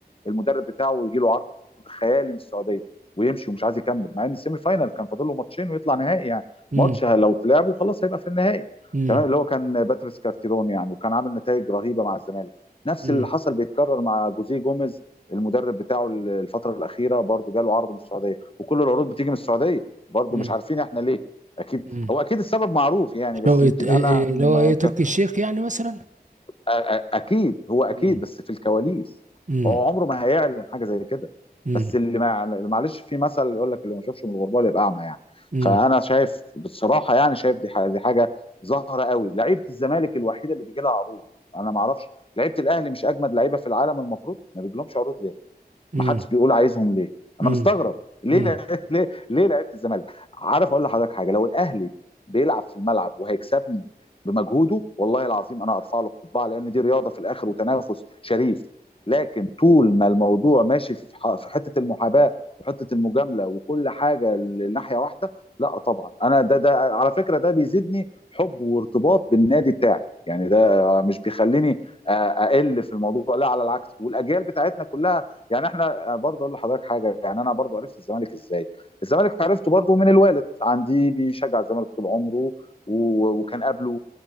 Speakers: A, on the left (about 35°); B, on the right (about 50°).
A: المدرب بتاعه يجي له عرض خيالي من السعوديه ويمشي ومش عايز يكمل مع ان السيمي فاينال كان فاضل له ماتشين ويطلع نهائي يعني
B: مم.
A: ماتش لو اتلعبه خلاص هيبقى في النهائي
B: مم.
A: تمام اللي هو كان باتريس كارتيرون يعني وكان عامل نتائج رهيبه مع الزمالك نفس
B: مم.
A: اللي حصل بيتكرر مع جوزيه جوميز المدرب بتاعه الفتره الاخيره برضه جاله عرض من السعوديه وكل العروض بتيجي من السعوديه برضه
B: مم.
A: مش عارفين احنا ليه اكيد
B: مم.
A: هو اكيد السبب معروف يعني بس
B: شوقي
A: يمكن
B: ت- إيه- إيه-
A: انا ما
B: اللي هو ايه تركي
A: كان-
B: الشيخ يعني مثلا
A: أ- أ- اكيد هو اكيد
B: مم.
A: بس في الكواليس
B: مم.
A: هو عمره ما هيعلن حاجه زي كده
B: مم.
A: بس اللي ما اللي معلش في مثل يقول لك اللي ما شافش من الغربال يبقى اعمى يعني
B: مم.
A: فانا شايف بصراحه يعني شايف دي ح- دي حاجه ظاهره قوي لعيبه الزمالك الوحيده اللي بيجي لها عروض انا ما اعرفش لعيبه الاهلي مش اجمد لعيبه في العالم المفروض ما بيجيلهمش عروض ليه
B: مم.
A: ما حدش بيقول عايزهم ليه
B: مم.
A: انا مستغرب ليه
B: مم.
A: لع- <laughs> ليه ليه لعيبه الزمالك عارف اقول لحضرتك حاجه لو الاهلي بيلعب في الملعب وهيكسبني بمجهوده والله العظيم انا ارفع له القبعه لان دي رياضه في الاخر وتنافس شريف لكن طول ما الموضوع ماشي في ح- في حته المحاباه وحته المجامله وكل حاجه لناحيه واحده لا طبعا انا ده ده على فكره ده بيزيدني حب وارتباط بالنادي بتاعي يعني ده مش بيخليني آه، اقل في الموضوع لا على العكس والاجيال بتاعتنا كلها يعني احنا برضه اقول لحضرتك حاجه يعني انا برضه عرفت الزمالك ازاي الزمالك عرفته برضه من الوالد عندي بيشجع الزمالك طول عمره و- وكان قبله